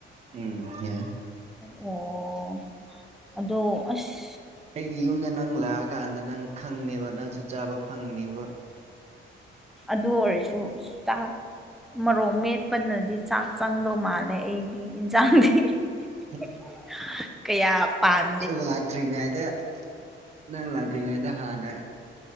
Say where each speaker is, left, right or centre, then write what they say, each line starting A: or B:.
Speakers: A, on the right; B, in the centre.
A: ꯎꯝ ꯌꯥꯏ
B: ꯑꯣ ꯑꯗꯣ ꯑꯁ
A: ꯑꯩꯒꯤ ꯌꯨꯝꯗ ꯅꯪ ꯂꯥꯛꯑꯀꯥꯟꯗ ꯅꯪ ꯈꯪꯅꯦꯕ ꯅꯪꯁꯨ ꯆꯥꯕ ꯐꯪꯅꯦꯕ
B: ꯑꯗꯨ ꯑꯣꯏꯔꯁꯨ ꯆꯥꯛ ꯃꯔꯣꯛ ꯃꯦꯠꯄꯅꯗꯤ ꯆꯥꯛ ꯆꯪꯗꯧ ꯃꯥꯜꯂꯦ ꯑꯩꯗꯤ ꯏꯟꯁꯥꯡꯗꯤ
A: ꯎ <unintelligible>
B: <unintelligible> ꯀꯌꯥ ꯄꯥꯝ
A: ꯅꯪ ꯂꯥꯛꯇ꯭ꯔꯤꯉꯩꯗ ꯅꯪ ꯂꯥꯛꯇ꯭ꯔꯤꯉꯩꯗ ꯍꯥꯟꯅ